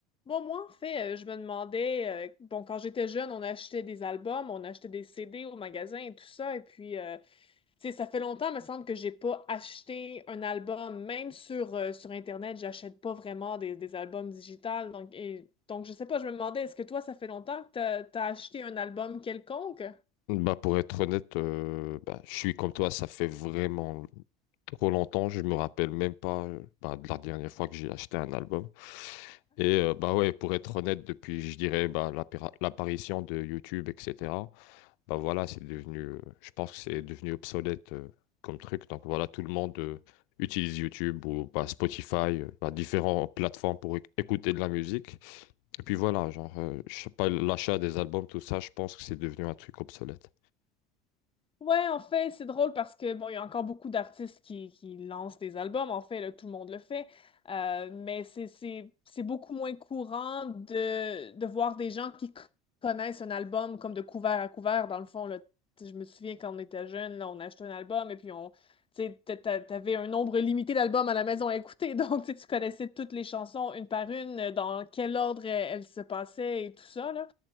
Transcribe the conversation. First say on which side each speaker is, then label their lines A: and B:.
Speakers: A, on the left (about 20°); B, on the left (about 65°).
A: Bon, moi, en fait, euh, je me demandais, euh, bon, quand j'étais jeune, on achetait des albums, on achetait des CD au magasin et tout ça. Et puis, euh, tu sais, ça fait longtemps, me semble, que j'ai pas acheté un album. Même sur, euh, sur Internet, j'achète pas vraiment des, des albums digitales. Donc, et, donc, je sais pas, je me demandais, est-ce que toi, ça fait longtemps que t'as, t'as acheté un album quelconque?
B: Bah pour être honnête, euh, bah, je suis comme toi, ça fait vraiment trop longtemps, je me rappelle même pas euh, bah, de la dernière fois que j'ai acheté un album. Et euh, bah ouais, pour être honnête, depuis je dirais bah, l'appara- l'apparition de YouTube, etc. Bah voilà, c'est devenu, euh, je pense que c'est devenu obsolète euh, comme truc. Donc voilà, tout le monde euh, utilise YouTube ou bah, Spotify, euh, bah, différentes plateformes pour éc- écouter de la musique. Et puis voilà, genre, euh, je sais pas, l'achat des albums, tout ça, je pense que c'est devenu un truc obsolète.
A: Ouais, en fait, c'est drôle parce que bon, il y a encore beaucoup d'artistes qui, qui lancent des albums. En fait, là, tout le monde le fait, Euh, mais c'est c'est c'est beaucoup moins courant de de voir des gens qui co- connaissent un album comme de couvert à couvert. Dans le fond, là, Tu sais, je me souviens quand on était jeune, là, on achetait un album et puis on, tu sais, t'a- t'a- t'avais un nombre limité d'albums à la maison à écouter, <laughs> donc tu sais, tu connaissais toutes les chansons une par une, dans quel ordre elles se passaient et tout ça, là.